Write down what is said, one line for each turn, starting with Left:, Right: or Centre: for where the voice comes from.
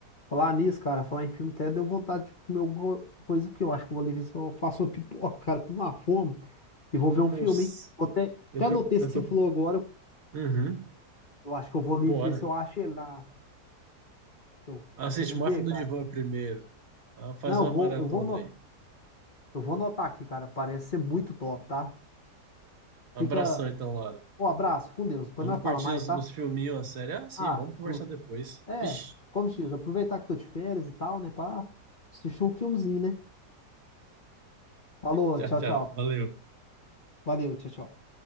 Left: Falar nisso, cara, falar em filme até deu vontade de comer alguma coisa que eu acho que eu vou ali ver se eu faço uma pipoca, cara. Tô numa fome e vou
Right: Nossa,
Left: ver um filme, hein? Vou Até, até
Right: eu tô,
Left: anotei esse
Right: eu
Left: que
Right: tô.
Left: você falou agora. Eu
Right: Uhum,
Left: eu acho que eu vou ali
Right: bora.
Left: ver se eu acho ele lá. Eu
Right: Assiste
Left: tô querendo
Right: Máfia
Left: ver,
Right: no
Left: cara.
Right: Divã primeiro. Ah, Faz
Left: Não,
Right: uma
Left: eu vou,
Right: maratona
Left: eu vou anotar,
Right: aí.
Left: eu vou anotar aqui, cara. Parece ser muito top, tá?
Right: Um
Left: Fica.
Right: abração então, Laura.
Left: Um abraço, com Deus. Depois
Right: Vamos
Left: nós
Right: curtir
Left: fala mais,
Right: os,
Left: tá?
Right: os filminhos, a série. Ah, sim,
Left: Ah,
Right: vamos conversar
Left: cru.
Right: depois.
Left: É,
Right: Vixe,
Left: como se diz, aproveitar que tô de férias e tal, né, pá, assistir um filmezinho, né? Falou,
Right: tchau,
Left: tchau,
Right: tchau.
Left: tchau.
Right: Valeu.
Left: Valeu, tchau, tchau.